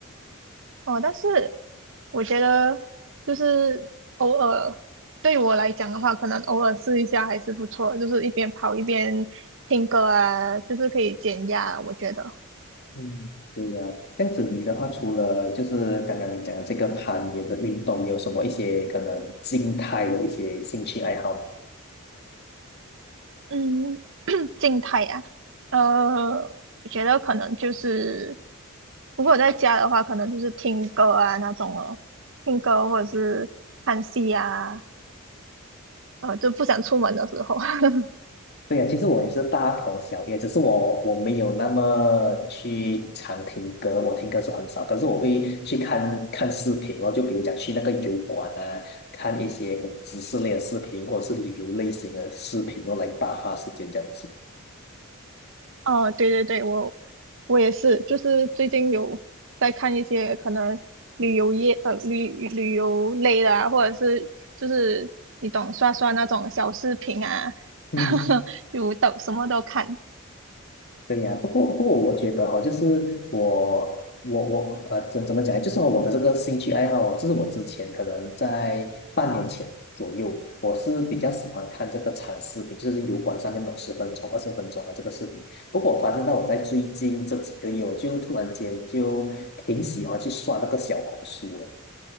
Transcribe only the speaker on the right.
哦，但是我觉得就是偶尔对我来讲的话，可能偶尔试一下还是不错，就是一边跑一边听歌啊，就是可以减压啊，我觉得，
嗯。静态呀、呃，我觉得可能就是，如果在家的话，可能就是听歌啊那种哦，听歌或者是看戏啊，呃，就不想出门的时候。<laughs>
哦，对对对，我我也是，就是最近有在看一些可能旅游业呃旅旅游类的啊，或者是就是你懂刷刷那种小视频啊，
<laughs> 就都什么都看。